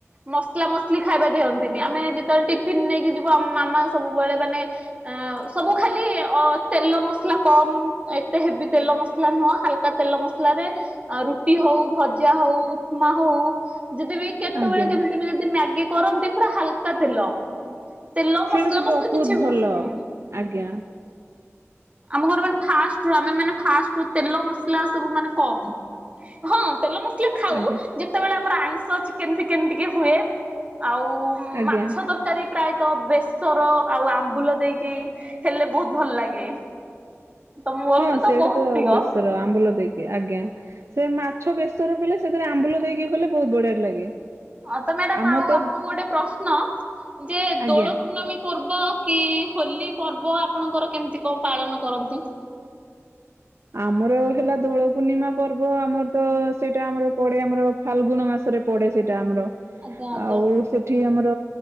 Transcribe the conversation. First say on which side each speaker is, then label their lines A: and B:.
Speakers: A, on the right; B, on the right.
A: ମସଲା ମସଲି ଖାଇବା ଦିଅନ୍ତିନି ଆମେ ଯେତେବେଳେ ଟିଫନ୍ ନେଇକି ଯିବୁ ଆମ ମାମା ସବୁବେଳେ ମାନେ ଆ ସବୁ ଖାଲି ଅ ତେଲ ମସଲା କମ ଏତେ ହେଭୀ ତେଲ ମସଲା ମସଲା ନୁହଁ ହାଲକା ତେଲ ମସଲାରେ ରୁଟି ହଉ ଭଜା ହଉ ଉପମା ହଉ ଯଦିବି କେତେବେଳେ
B: ଆଜ୍ଞା
A: କେମିତି ବି ଯଦି ମ୍ୟାଗି କରନ୍ତି ପୁରା ହାଲକା ତେଲ। ତେଲ
B: ସେଇଟା
A: ମସଲା
B: ତ ବହୁତ
A: ମସଲି କିଛି
B: ଭଲ
A: ହୁଁ
B: ଆଜ୍ଞା।
A: ଆମ ଘରେ ମାନେ ଫାଷ୍ଟରୁ ଆମେ ମାନେ ଫାଷ୍ଟ ତେଲ ମସଲା ସବୁ ମାନେ କମ ହଁ ତେଲ ମ ଖାଉ
B: ଆଜ୍ଞା
A: ଯେତେବେଳେ ଆମର ଆଇଁଷ ଚିକେନ ଫିକେନ ଟିକେ ହୁଏ ଆଉ ହଁ
B: ଆଜ୍ଞା।
A: ମାଛ ତର କାରି ପ୍ରାୟତଃ ବେସର ଆଉ ଆମ୍ବୁଲ ଦେଇକି ହେଲେ ବହୁତ ଭଲ ଲାଗେ। ତ ମୋର
B: ହଁ
A: ବି
B: ସେଇଟା
A: ବହୁତ
B: ତ
A: ପ୍ରିୟ
B: ବେସର ଆମ୍ବୁଲ ଦେଇକି ଆଜ୍ଞା। ସେ ମାଛ ବେସର କଲେ ସେଥିରେ ଆମ୍ବୁଲ ଦେଇକି କଲେ ବହୁତ ବଢିଆ ଲାଗେ।
A: ହଁ ତ ମ୍ୟାଡାମ
B: ଆମର
A: ଆଉ
B: ତ
A: ଆପଣଙ୍କୁ ଗୋଟେ ପ୍ରଶ୍ନ ଯେ
B: ଆଜ୍ଞା
A: ଦୋଳ ପୂର୍ଣ୍ଣମୀ ପର୍ବ କି ହୋଲି ପର୍ବ ଆପଣଙ୍କର କେମିତି କଣ ପାଳନ କରନ୍ତି?
B: ଆମର ହେଲା ଦୋଳ ପୂର୍ଣ୍ଣିମା ପର୍ବ ଆମର ତ ସେଇଟା ଆମର ପଡେ ଆମର ଫାଲଗୁନ ମାସରେ ପଡେ ସେଇଟା ଆମର
A: ଆଜ୍ଞା ଆଜ୍ଞା
B: ଆଉ ସେଠି ଆମର